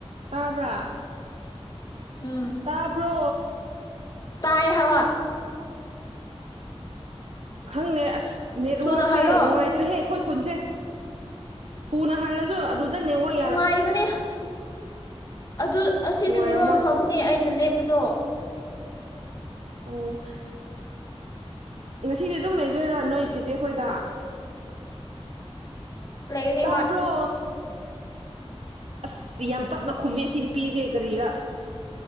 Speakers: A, on the right; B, on the left.
A: ꯇꯥꯕ꯭ꯔꯥ
B: ꯎꯝ
A: ꯇꯥꯕ꯭ꯔꯣ
B: ꯇꯥꯏ ꯍꯥꯏꯕ
A: ꯈꯪꯗꯦ ꯑꯁ ꯅꯦꯠꯋ꯭ꯔꯛꯁꯦ
B: ꯊꯨꯅ ꯍꯜꯂꯣ
A: ꯅꯨꯡꯉꯥꯏꯇ꯭ꯔꯦꯍꯦ ꯑꯩꯈꯣꯏ ꯈꯨꯟꯁꯦ ꯊꯨꯅ ꯍꯜꯂ ꯁꯨ ꯑꯗꯨꯗ ꯅꯦꯋ꯭ꯔꯛ
B: ꯅꯨꯡꯉꯥꯏꯕꯅꯤ ꯑꯗꯨ ꯑꯁꯤꯗ
A: ꯅꯨꯡꯉꯥꯏꯔꯝꯃꯣꯏ
B: ꯅꯦꯋ꯭ꯔꯛ ꯐꯕꯅꯤ ꯑꯩꯅ ꯂꯦꯞꯄꯗꯣ
A: ꯑꯣ ꯉꯁꯤꯗꯤ ꯑꯗꯨꯝ ꯂꯩꯗꯣꯏꯔꯥ ꯅꯣꯏ ꯆꯦꯆꯦ ꯈꯣꯏꯗ
B: ꯂꯩꯒꯅꯤ
A: ꯇꯥꯕ꯭ꯔꯣ
B: ꯍꯣꯏ
A: ꯑꯁ ꯌꯥꯝ ꯇꯞꯅ ꯈꯨꯝꯃꯦ ꯑꯁꯤ ꯅꯨꯄꯤꯁꯦ ꯀꯔꯤꯔꯥ